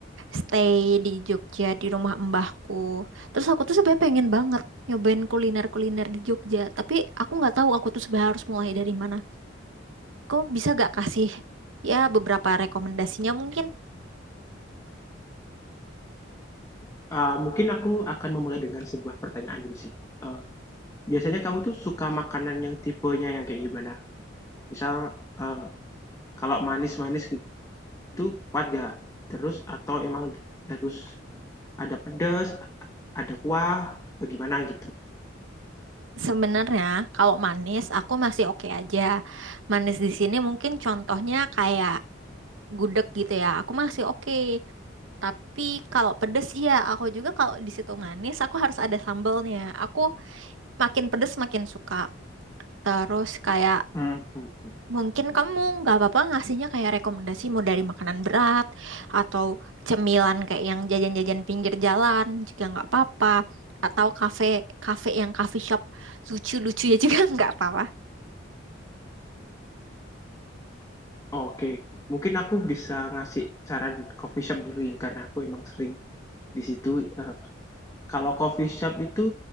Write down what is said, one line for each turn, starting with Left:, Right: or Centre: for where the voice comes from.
Right: stay di Jogja di rumah mbahku. Terus aku tuh sebenarnya pengen banget nyobain kuliner-kuliner di Jogja, tapi aku nggak tahu aku tuh sebenarnya harus mulai dari mana. Kamu bisa gak kasih ya beberapa rekomendasinya mungkin?
Left: Eh, mungkin aku akan memulai dengan sebuah pertanyaan dulu sih. Eh, biasanya kamu tuh suka makanan yang tipenya yang kayak gimana? Misal eh, kalau manis-manis gitu kuat gak? Terus atau emang harus ada pedas, ada kuah atau gimana gitu?
Right: Sebenarnya kalau manis aku masih oke aja. Manis di sini mungkin contohnya kayak gudeg gitu ya. Aku masih oke. Tapi kalau pedes ya aku juga kalau di situ manis aku harus ada sambalnya. Aku makin pedes makin suka. Terus kayak
Left: Mhm.
Right: Mungkin kamu nggak apa-apa ngasihnya kayak rekomendasi mau dari makanan berat atau cemilan kayak yang jajan-jajan pinggir jalan juga nggak apa-apa. Atau kafe kafe yang coffee shop lucu-lucu ya juga <laughs> nggak apa-apa.
Left: Oke, mungkin aku bisa ngasih saran coffee shop dulu ya karena aku emang sering di situ. eh, kalau coffee shop itu